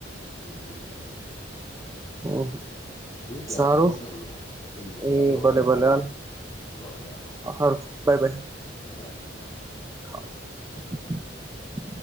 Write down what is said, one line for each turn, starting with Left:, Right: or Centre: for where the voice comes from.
Left: હમ હમ હમ હમ.
Right: હમ
Left: ઠીક હે,
Right: સારું
Left: હાલો હોઈ જઈએ સુઈ જઈએ
Right: એ
Left: હાલો
Right: ભલે
Left: હવે
Right: ભલે.
Left: ભલે હાલો.
Right: હાર બાય બાય.
Left: બાય બાય અ.
Right: હા.